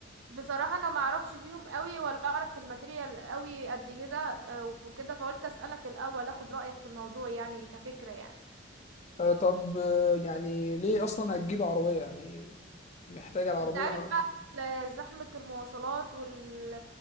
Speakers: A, on the right; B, on the left.
A: بصراحة انا ما اعرفش فيهم قوي ولا اعرف في الماتيريال قوي قد كده آه، وكده فقلت اسألك الاول اخد رأيك في الموضوع يعني كفكرة يعني
B: آه طب آه يعني ليه اصلا هتجيب عربيه يعني محتاجه العربيه
A: انت عارف بقى ال- زحمة المواصلات وال...